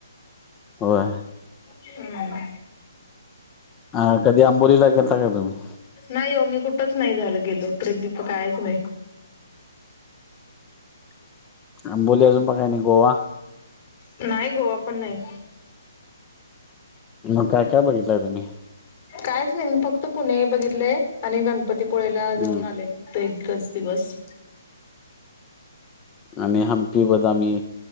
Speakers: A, on the left; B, on the left.
A: होय,
B: हम्म.
A: अ कधी आंबोलीला गेलता का तुम्ही?
B: नाही ओ मी कुठच नाही झाल गेलो ट्रीप बीप कायच नाही. <unintelligible>
A: आंबोली अजून बघाय नाही अजून काय गोवा?
B: नाही गोवा पण नाही.
A: मग काय काय बघितलंय तुम्ही?
B: कायच नाही मी फक्त पुणे बघितलंय आणि गणपतीपुळेला
A: हम्म
B: जाऊन आले. ते एकच दिवस.
A: आणि हम्पी बदामी